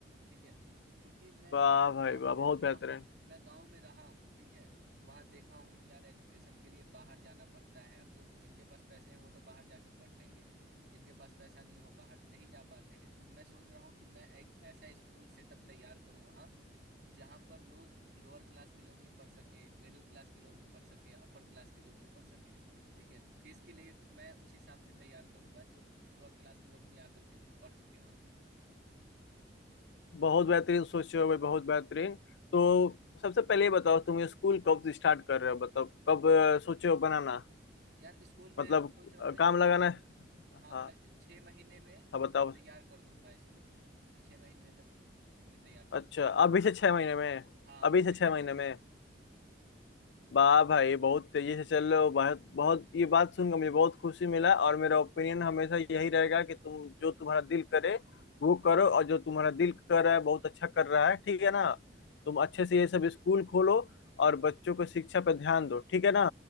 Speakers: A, on the right (about 60°); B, on the left (about 70°).
A: ठीक है क्योंकि मैं
B: वाह भाई
A: गांव
B: वाह
A: में
B: बहुत
A: गा,
B: बेहतरीन
A: मैं गांव में रहा हूँ ठीक है वहां देखा हूँ यार एजुकेशन के लिए बाहर जाना पड़ता है अब जो जिनके पास पैसे हैं वो तो बाहर जाके पढ़ लेंगे जिनके पास पैसा नहीं है वो बाहर नहीं जा पाते हैं तो मैं सोच रहा हूँ कि मैं एक ऐसा स्कूल सेटअप तैयार करूँ वहाँ जहाँ पर लोग लोअर क्लास के लोग भी पढ़ सकें मिडिल क्लास के लोग भी पढ़ सकें अपर क्लास के लोग भी पढ़ सकें ठीक है तो फीस के लिए मैं उस हिसाब से तैयार करूंगा जो लोअर क्लास के लोग भी आकर के पढ़ सके वहां पे
B: बहुत बेहतरीन सोचे हो भाई बहुत बेहतरीन तो सबसे पहले ये बताओ तुम ये स्कूल कब से स्टार्ट कर रहे हो मतलब कब अ, सोचे हो बनाना
A: यार स्कूल में
B: मतलब
A: सोच रहा
B: अ,
A: हूँ ना कि
B: काम
A: अगले
B: लगाना है
A: हाँ
B: हाँ
A: मैं छह महीने में
B: हाँ
A: मतलब
B: बताओ
A: तैयार कर दूंगा स्कूल छह महीने तक मैं तैयार करूँ
B: अच्छा अभी से छह महीने में
A: हाँ
B: अभी
A: अभी से
B: से छह
A: छह
B: महीने
A: महीने
B: में
A: में
B: वाह भाई बहुत तेजी से चल रहे हो बहुत बहुत ये बात सुनकर मुझे बहुत खुशी मिला और मेरा ओपिनियन हमेशा यही रहेगा कि तुम जो तुम्हारा दिल करे वो करो और जो तुम्हारा दिल कर रहा है बहुत अच्छा कर रहा है ठीक है ना
A: हम्म,
B: तुम अच्छे से ये सब स्कूल खोलो और बच्चों को शिक्षा पर ध्यान दो ठीक है ना